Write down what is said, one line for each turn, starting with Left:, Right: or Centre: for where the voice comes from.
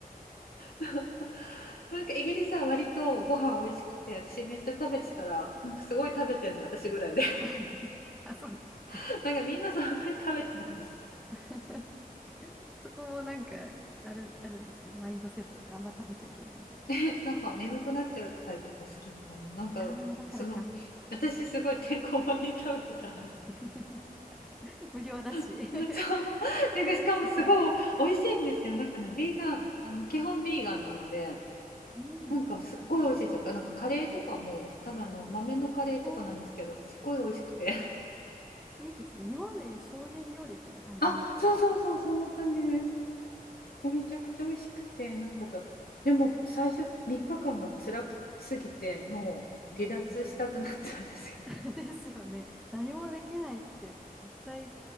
Left: <laughs> なんかイギリスは割とご飯美味しくて、私めっちゃ食べてたら、なんかすごい食べてるの私ぐらいで、
Centre: <laughs> あ、そうです
Left: <laughs> なんかみんなそんなに食べてないんです。
Centre: か。そこもなんか、ある、あるんですかね。マインドセットであんま食べちゃいけないみたいな。
Left: <laughs> え、なんか眠くなっちゃったりとかするのかななんか、
Centre: ああ、だからか。
Left: そう私すごいてんこ盛りに食べてたら
Centre: <laughs> 無料だし。
Left: <laughs>
Centre: <laughs>
Left: そう。なんかしかもすごい美味しいんですよ。
Centre: 無料だし、いっぱい。
Left: なんかね、ビーガン、あの、基本ビーガンなので、
Centre: うん。
Left: なんかすっごい美味しいですよ。なんかカレーとかも、多分あの、豆のカレーとかなんですけど、
Centre: おー
Left: すっごい美味しくて。
Centre: いいですね。日本でいう精進料理みたいな感じなんですかね。
Left: <laughs> そうそうそう、そんな感じです。でめちゃくちゃ美味しくて、なんかだ、でも最初3日間が辛くすぎて、もう離脱したくなったんですよ。
Centre: うん <laughs> ですよね。何もできないって実際